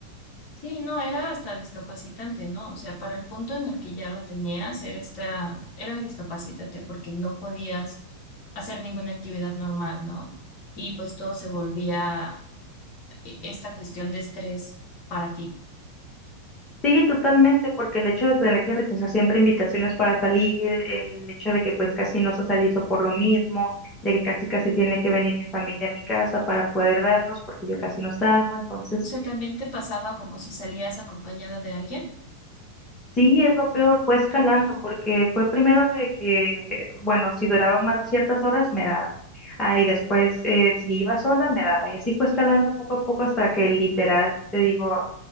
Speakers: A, on the left (about 40°); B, on the left (about 25°).
A: Sí, no, era hasta discapacitante, ¿no? O sea, para el punto en el que ya lo tenías, era esta, era discapacitante porque no podías hacer ninguna actividad normal, ¿no? Y pues todo se volvía e- esta cuestión de estrés para ti.
B: Sí, totalmente, porque el hecho de tener que rechazar siempre invitaciones para salir, eh, el hecho de que pues casi no se socializo por lo mismo, de que casi casi tiene que venir mi familia a mi casa para poder verlos, porque yo casi no salgo, entonces
A: O sea, también te pasaba como si salías acompañada de alguien.
B: sí, es lo peor, fue escalando,
A: Ajá.
B: porque fue primero de que, bueno, si duraba más de ciertas horas, me daba, ah, y después eh, si iba sola, me daba, y así fue escalando poco a poco hasta que literal, te digo,